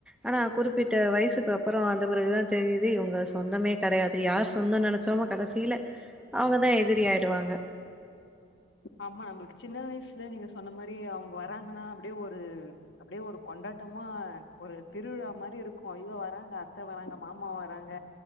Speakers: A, in the centre; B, on the left.
A: ஆனா குறிப்பிட்ட வயசுக்கு அப்புறோ வந்த பிறகுதா தெரியுது இவுங்க சொந்தமே கெடையாது யார் சொந்தோன்னு நெனைச்சோமோ கடைசில அவுங்கதா எதிரி ஆயிடுவாங்க.
B: ஆமா நம்பளுக்கு சின்ன வயசுல நீங்க சொன்ன மாரி அவுங்க வராங்கன்னா அப்டியே ஒரு அப்டியே ஒரு கொண்டாட்டமா ஒரு திருவிழா மாரி இருக்கு ஐயோ வராங்க அத்த வராங்க மாமா வராங்க